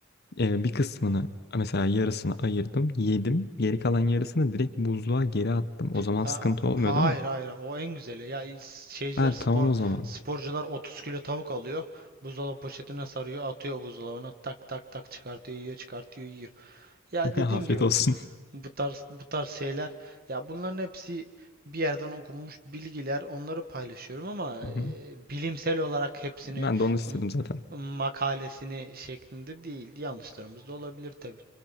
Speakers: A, on the left; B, on the right.
A: Ee, bir kısmını mesela yarısını ayırdım, yedim. Geri kalan yarısını direkt buzluğa geri attım. O zaman
B: ha,
A: sıkıntı olmuyor
B: hayır
A: değil mi?
B: hayır o en güzeli. Ya is- şeyciler
A: Ha
B: spor
A: tamam o zaman.
B: sporcular 30 kilo tavuk alıyor. Buzdolabı poşetine sarıyor, atıyor buzdolabına tak tak tak çıkartıyor, yiyor, çıkartıyor, yiyor. Ya
A: <laughs>
B: dediğim
A: Afiyet
B: gibi
A: olsun.
B: Bu tarz bu tarz şeyler ya bunların hepsi bir yerden okunmuş bilgiler onları paylaşıyorum ama
A: Hı
B: e,
A: hı.
B: bilimsel olarak hepsini
A: Ben de onu istedim
B: m-
A: zaten.
B: makalesini şeklinde değil. Yanlışlarımız da olabilir tabi